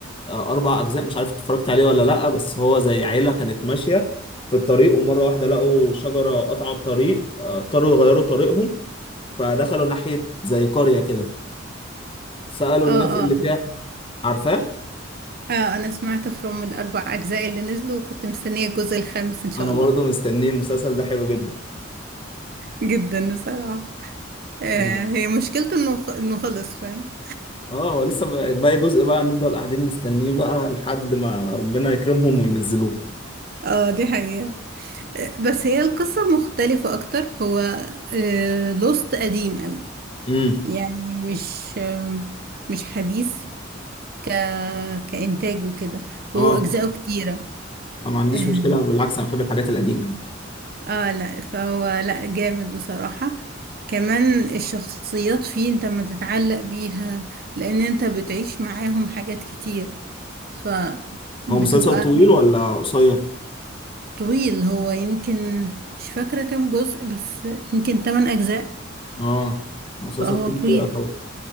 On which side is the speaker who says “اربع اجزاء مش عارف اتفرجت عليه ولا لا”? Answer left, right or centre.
Left